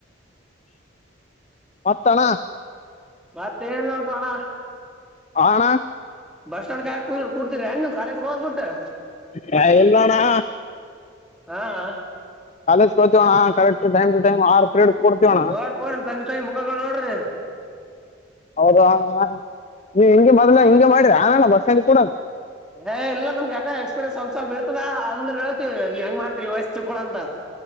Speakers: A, on the left; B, in the centre.
A: ಮತ್ತ್ ಅಣ್ಣಾ.
B: ಮತ್ತ ಏನಿಲ್ಲ ನೋಡಪಾ ಅಣ್ಣಾ.
A: ಹಾ ಅಣ್ಣಾ.
B: ಬಸ್ಟ್ಯಾಂಡ್ <unintelligible> ಕುಡ್ತಿರಾ ನೀವು ಕಾಲೇಜ ಹೋಗೋದ ಬಿಟ್ಟ.
A: ಹೇ ಇಲ್ಲ ಅಣ್ಣಾ.
B: ಹಾ ಹ. <unintelligible>
A: ಕಾಲೇಜ್ ಹೋಗ್ತೀವಣ್ಣ ಕರೆಕ್ಟ್ ಟೈಮ್ ಟು ಟೈಮ್ ಆರ್ ಪಿರಿಯಡ್ ಕೊಡ್ತೀವಣ್ಣ ಹೌದೋ ಅಣ್ಣಾ ನೀ ಹಿಂಗೆ ಮದ್ಲ ಹಿಂಗೆ ಮಾಡ್ರಿಯ ಏನ್ ಬಸ್ಟ್ಯಾಂಡ್ <unintelligible>
B: ಎ ಇಲ್ಲ ನಮ್ಗೆ ಯಾಕ್ ಎಕ್ಸ್ಪೀರಿಯನ್ಸ್ ಸ್ವಲ್ಪ ಸ್ವಲ್ಪ ಇರ್ತದ ಅಂದ್ರೆೇಳ್ತಿ ಹೆಂಗ ಮಾಡ್ತಿರಿ ವಯಸ್ ಚಿಕ್ಕಳ ಅಂತ.